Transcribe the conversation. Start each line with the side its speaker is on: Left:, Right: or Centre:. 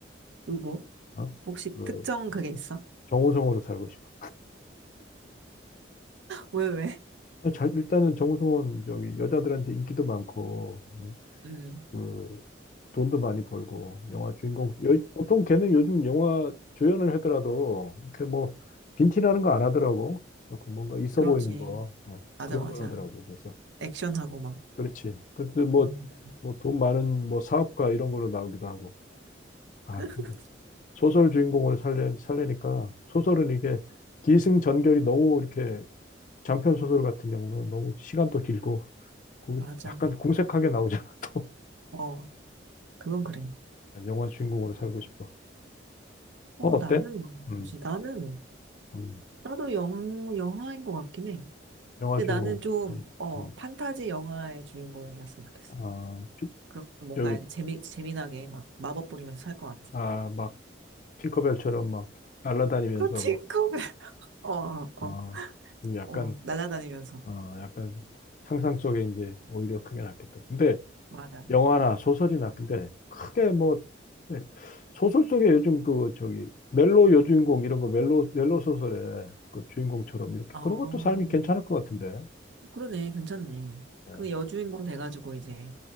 Right: 누구?
Left: 어?
Right: 혹시
Left: 그,
Right: 특정 그게 있어?
Left: 정우성으로 살고 싶어.
Right: 왜, 왜?
Left: 아, 잘, 일단은 정우성은 저기 여자들한테 인기도 많고, 어?
Right: 음,
Left: 그, 돈도 많이 벌고, 영화 주인공,
Right: 음,
Left: 여, 보통 걔는 요즘 영화 조연을 하더라도, 이렇게 뭐, 빈티나는 거 안 하더라고. 조금 뭔가 있어
Right: 그렇지.
Left: 보이는 거, 어,
Right: 맞아,
Left: 그런
Right: 맞아.
Left: 걸 하더라고. 그래서.
Right: 액션하고 막.
Left: 그렇지. 근데 뭐,
Right: 음,
Left: 뭐 돈 많은 뭐 사업가 이런 거로 나오기도 하고. 아,
Right: <laughs>
Left: 근데 소설 주인공으로 살려, 살리니까 소설은 이게 기승전결이 너무 이렇게 장편 소설 같은 경우는 너무 시간도 길고 고-
Right: 맞아.
Left: 약간 궁색하게 나오잖아, 또.
Right: 어, 그건 그래.
Left: <laughs> 영화 주인공으로 살고 싶어.
Right: 어,
Left: 어, 어때?
Right: 나는,
Left: 음,
Right: 뭐지? 나는,
Left: 음.
Right: 나도 영, 영화인 것 같긴 해.
Left: 영화
Right: 근데
Left: 주인공.
Right: 나는 좀,
Left: 음,
Right: 어,
Left: 음.
Right: 판타지 영화의 주인공이었으면 좋겠어.
Left: 아, 피-
Right: 그럼 뭔가
Left: 여기,
Right: 이렇게 재미, 재미나게 막 마법 부리면서 살 것 같아.
Left: 아, 막, 팅커벨처럼 막 날아다니면서
Right: 어, 팅커벨.
Left: 뭐,
Right: <laughs> 어, 어,
Left: 어, 좀 약간
Right: 어, 날아다니면서.
Left: 어, 약간 상상 속에 이제 오히려 그게 낫겠다. 근데
Right: 맞아.
Left: 영화나 소설이나 근데 크게 뭐 네, 소설 속에 요즘 그 저기 멜로 여주인공 이런 거 멜로 멜로 소설에 그 주인공처럼 이렇게
Right: 어.
Left: 그런 것도 삶이 괜찮을 것 같은데.
Right: 그러네, 괜찮네.
Left: 네.
Right: 근데 여주인공 돼가지고 이제